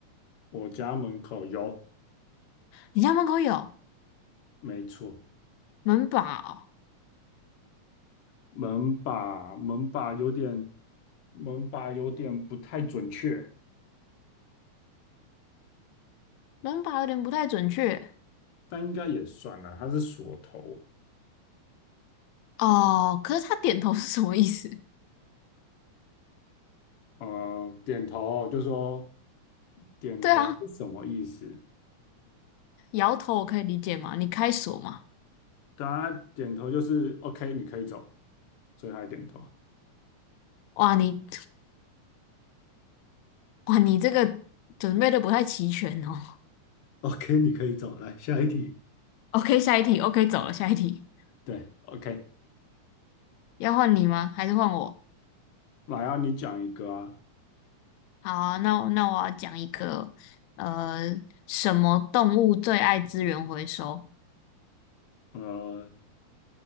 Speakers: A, on the left; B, on the left.
A: 我家门口有，
B: 你家门口有
A: 没错。
B: 门把哦，
A: 门把门把有点门把有点不太准确，
B: 门把有点不太准确
A: 但应该也算了，它是锁头。
B: 哦。可是他点头是什么意思？
A: 呃，点头就说点头是什么意思？
B: <laughs> 对啊，摇头我可以理解嘛，你开锁嘛。
A: 对啊，他点头就是 OK，你可以走，所以他还点头。
B: 哇，你 <laughs> 哇，你这个准备的不太齐全哦。
A: OK，你可以走，来下一题。
B: <laughs> OK，下一题，OK，走了，下一题，
A: 对，OK，
B: 要换你吗？还是换我？
A: 来啊，你讲一个啊，
B: 好啊那那我要讲一个，呃，什么动物最爱资源回收？
A: 呃，